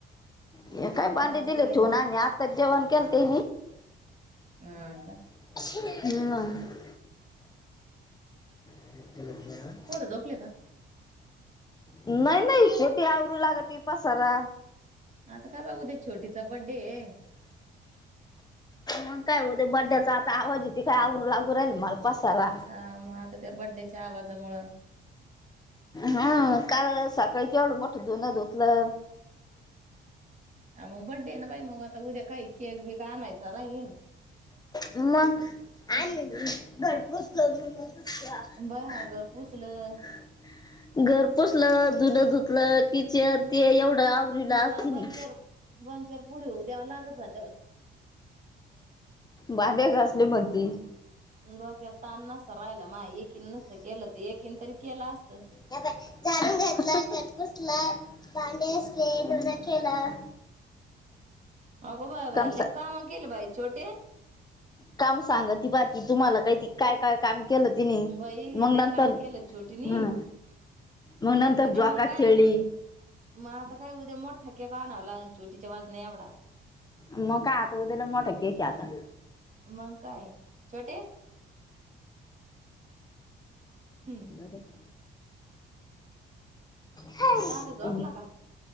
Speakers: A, on the left; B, on the right.
A: हे
B: भांडे
A: काय
B: नाही
A: भांडी
B: घासले
A: दिले
B: बाई
A: ठेऊन,
B: म्हण
A: आम्ही आत्ता जेवण केलं ते
B: हा का.
A: ह् <inaudible> ह <inaudible>
B: पोरं झोपले का?
A: नाही नाही छोटी आवरू लागत पसारा.
B: आता काय बा उद्या छोटीचा बड्डे आहे.
A: मग काय उद्या बर्थडे्याचा आता आवाजी ति काय आवरु लागू राहिलं मला पसारा.
B: ह मग आता त्या बड्डेच्या आवाजामुळे
A: हा काल सकाळी केवढं मोठ धुनं धुतलं,
B: ह मग बड्डे ना बाई मग आता उद्या काही केक बीक आणायचं राहीन.
A: मग आले
B: उशी
A: घरपोचलं. <inaudible> अच्छा
B: बाय
A: <inaudible>
B: घर पुसलं
A: घर पोसलं धुन धुतलं किचन ते एवढं. आवरीला
B: मला
A: असती
B: दोनचार,
A: नाही.
B: दोनचार पुरी होऊ द्याव लागत होत्या.
A: भाडे घासले मधी ती
B: डोक्याला ताण नसत राहिलं माय एकीन नसतं केलं तर एकीन तरी केलं असत.
A: हे बघ झाडून घेतलं, घरपुसलं, भांडे घासले धुन केेलं.
B: अगो बाय बाय लय
A: सा
B: काम केलं बाई छोटे.
A: काम सांगा ती बा तुम्हाला ती. काय काय काम केलं तिनं,
B: बाई
A: मग
B: लय
A: नंतर
B: काम केलं छोटीनी
A: ह मग नंतर
B: उद्या
A: झोका
B: मग काय
A: खेळली.
B: मग आता काय उद्या मोठा केेक आणावं लाग छोटीच्या वजना नाही एवडा.
A: मग काय आता उद्या लय मोठा केक आता.
B: मग काय छोटे हम्म
A: अरे <inaudible> ह <inaudible>
B: दादा झोपला का